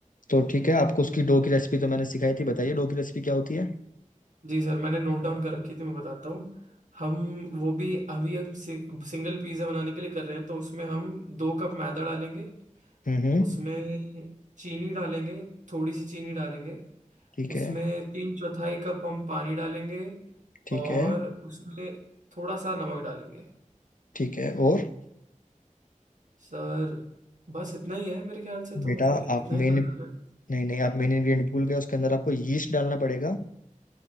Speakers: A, on the left (about 85°); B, on the right (about 70°).
A: तो ठीक है आपको उसकी डो की रेसिपी तो मैंने सिखाई थी बताइए डो की रेसिपी क्या होती है
B: जी सर मैंने नोट डाउन कर रखी थी मैं बताता हूँ हम वो भी अभी हम सि, सिंगल पिज़्ज़ा बनाने के लिए कर रहे हैं तो उसमें हम दो कप मैदा डालेंगे
A: हम्म हम्म,
B: उसमें चीनी डालेंगे थोड़ी सी चीनी डालेंगे
A: ठीक
B: उसमें
A: है
B: तीन चौथाई कप हम पानी डालेंगे
A: ठीक
B: और
A: है
B: उसमें थोड़ा सा नमक डालेंगे
A: ठीक है और
B: सर बस इतना ही है मेरे ख्याल से
A: बेटा
B: तो मुझे
A: आप
B: इतना ही
A: मेन
B: ध्यान आ रहा है
A: नहीं नहीं आप मेन इंग्रेडिएंट भूल गए उसके अंदर आपको यीस्ट डालना पड़ेगा